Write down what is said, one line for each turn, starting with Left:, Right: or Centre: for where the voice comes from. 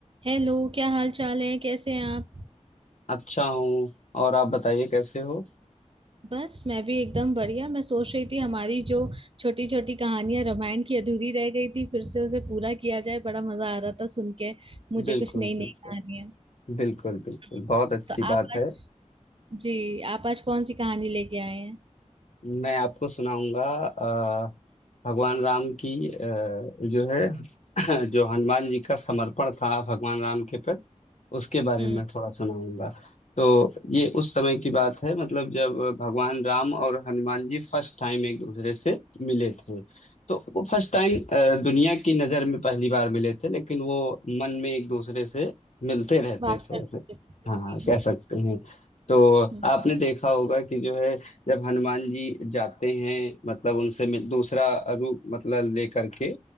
Right: हेलो क्या हाल चाल है कैसे हैं आप
Left: अच्छा हूँ और आप बताइए कैसे हो
Right: बस मैं भी एकदम बढ़िया मैं सोच रही थी हमारी जो छोटी छोटी कहानियां रामायण की अधूरी रह गई थी फिर से उसे पूरा किया जाए बड़ा मजा आ रहा था सुन के मुझे
Left: बिल्कुल
Right: कुछ नई
Left: बिल्कुल
Right: नई कहानियां
Left: बिल्कुल बिल्कुल
Right: हम्म।
Left: बहुत अच्छी
Right: तो आप
Left: बात है
Right: आज जी आप आज कौन सी कहानी लेके आए हैं
Left: मैं आपको सुनाऊंगा अ, भगवान राम की अ, जो है <clears throat> जो हनुमान जी का समर्पण था भगवान राम के प्रति उसके बारे
Right: हम्म
Left: में मैं थोड़ा सुनाऊंगा तो ये उस समय की बात है मतलब जब भगवान राम और हनुमान जी फर्स्ट टाइम एक दूसरे से मिले थे तो वो फर्स्ट टाइम
Right: जी
Left: दुनिया की नज़र में पहली बार मिले थे लेकिन वो मन में एक दूसरे से मिलते रहते
Right: बात
Left: थे
Right: करते
Left: ऐसे
Right: हैं।
Left: हाँ
Right: जी जी
Left: कह सकते हैं तो
Right: हम्म
Left: आपने देखा होगा कि जो है जब हनुमान जी जाते हैं मतलब उनसे मिल, दूसरा रूप मतलब लेकर के